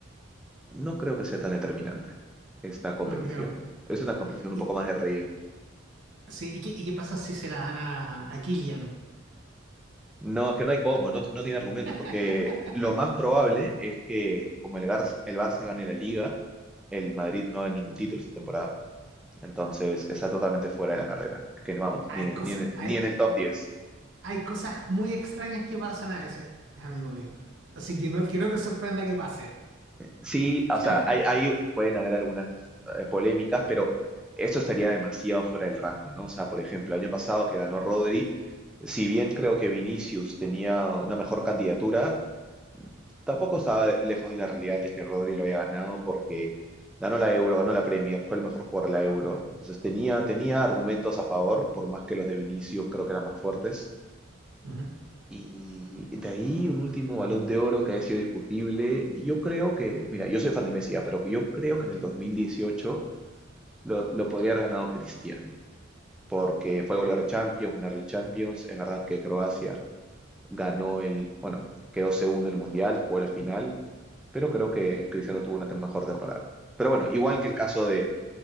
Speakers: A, in the centre; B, on the right.
A: no creo que sea tan determinante esta competición.
B: No, no creo.
A: Es una competición un
B: Y,
A: poco más de relleno.
B: sí, ¿y qué, y qué pasa si se la dan a, a Kylian?
A: No, es que no hay cómo, no, no tiene argumentos,
B: <laughs>
A: porque lo más probable es que como el Barça, el Barça gane la Liga, el Madrid no gane ningún título esta temporada. Entonces está totalmente fuera de la carrera. Es que no vamos,
B: Hay
A: ni en el,
B: cosas,
A: ni en el-
B: hay,
A: ni en el top diez
B: hay cosas muy extrañas que pasan a veces, amigo mío. Así que no, que no te sorprenda que pase.
A: Sí, o sea,
B: <laughs>
A: hay, hay- pueden haber algunas eh, polémicas, pero esto estaría demasiado fuera del rango, ¿no? O sea, por ejemplo, el año pasado que ganó Rodri, si bien creo que Vinicius tenía una mejor candidatura, tampoco estaba de- lejos de la realidad de que Rodri lo haya ganado porque ganó la Euro, ganó la Premier, fue el mejor jugador de la Euro. Entonces tenía, tenía argumentos a favor, por más que los de Vinicius creo que eran más fuertes.
B: Ujú.
A: Y de ahí un último Balón de Oro que ha sido discutible. Y Yo creo que, mira, yo soy fan de Messi, ya, pero que yo creo que en el 2018 lo, lo podría haber ganado Cristiano, porque fue
B: Mira,
A: goleador de Champions, ganar el Champions. En verdad que Croacia ganó el, bueno, quedó segundo en el Mundial, jugó la final, pero creo que Cristiano tuvo una tem- mejor temporada. Pero bueno, igual que el caso de,